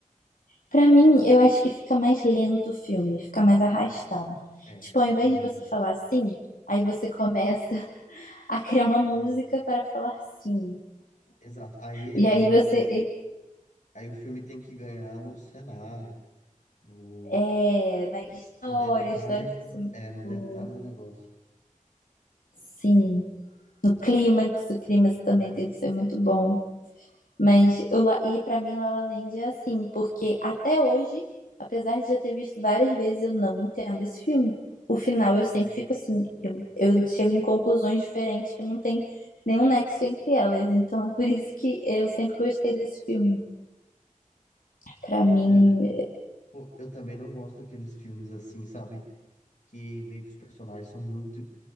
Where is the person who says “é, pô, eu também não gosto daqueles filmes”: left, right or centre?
Left